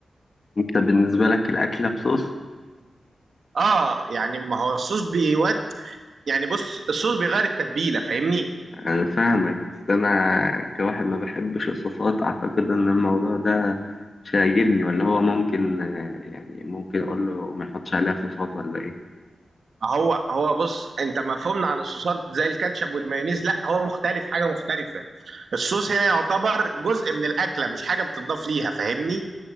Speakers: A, on the left; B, on the right.
A: انت بالنسبه لك الاكله بصوص
B: اه يعني ما هو الصوص بيود يعني بص الصوص بيغير التتبيلة فاهمني
A: أنا فاهمك بس أنا كواحد ما بحبش الصوصات أعتقد إن الموضوع ده مش هيعجبني ولا هو ممكن آه، يعني ممكن أقول له ما يحطش عليها صوصات ولا إيه؟
B: هو هو بص انت مفهومنا عن الصوصات زي الكاتشب والمايونيز لا هو مختلف حاجة مختلفة الصوص هنا يعتبر جزء من الأكلة مش حاجة بتضاف ليها فاهمني